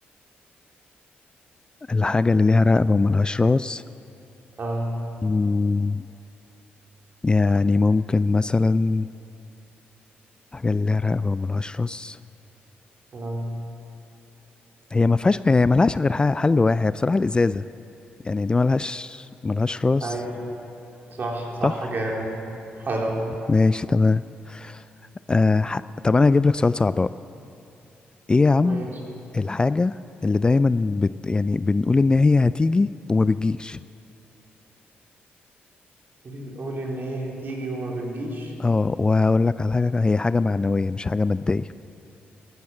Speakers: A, on the left; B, on the right.
A: الحاجة اللي ليها رقبة وملهاش راس
B: اه
A: مم، يعني ممكن مثلا حاجة اللي لها رقبة وملهاش راس
B: اه
A: هي ما فيهاش هي ملهاش غير ح- حل واحد بصراحة الإزازة يعني دي ملهاش ملهاش راس
B: ايوه صح صح
A: صح
B: جامد حلو
A: ماشي تمام آه ح... طب أنا هجيب لك سؤال صعب بقى إيه يا عم
B: ماشي
A: الحاجة اللي دايما بت... يعني بنقول إن هي هتيجي وما بتجيش
B: بنقول إن هي هتيجي وما بتجيش
A: اه وهقول لك على حاجة هي حاجة معنوية مش حاجة مادية